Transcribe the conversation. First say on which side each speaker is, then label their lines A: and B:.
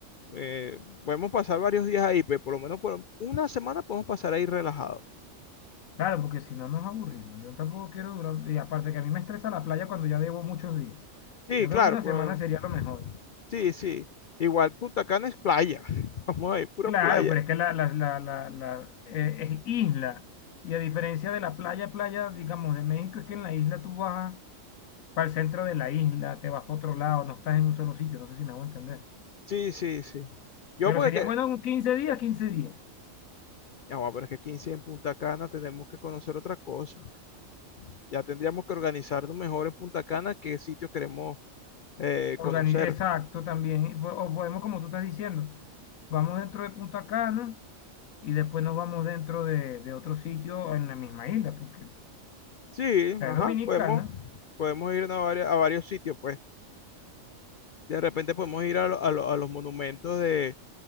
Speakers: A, on the left; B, on the left.
A: eh, podemos pasar varios días ahí, pues por lo menos por una semana podemos pasar ahí relajado.
B: Claro, porque si no nos aburrimos. Yo tampoco quiero durar. Y aparte que a mí me estresa la playa cuando ya debo muchos días.
A: Sí,
B: Yo creo
A: claro,
B: que una
A: pero,
B: semana sería lo mejor.
A: sí, sí. Igual Punta Cana es playa. <laughs> Vamos a ir, pura
B: Claro,
A: playa.
B: pero es que la, la, la, la, la, eh, es isla. Y a diferencia de la playa, playa, digamos, de México, es que en la isla tú vas para el centro de la isla, te vas para otro lado, no estás en un solo sitio. No sé si me hago entender.
A: Sí, sí, sí. Yo
B: Pero
A: porque
B: sería
A: que,
B: bueno un quince días, quince días.
A: ya, bueno, pero es que aquí en sí en Punta Cana tenemos que conocer otra cosa. Ya tendríamos que organizarnos mejor en Punta Cana qué sitios queremos eh,
B: Organi-
A: conocer.
B: Exacto, también. Y po- O podemos, como tú estás diciendo, vamos dentro de Punta Cana y después nos vamos dentro de, de otro sitio en la misma isla, porque
A: Sí,
B: la
A: ajá,
B: es dominicana.
A: podemos, podemos ir a, varios, a varios sitios, pues. De repente podemos ir a, lo- a lo- a los monumentos de,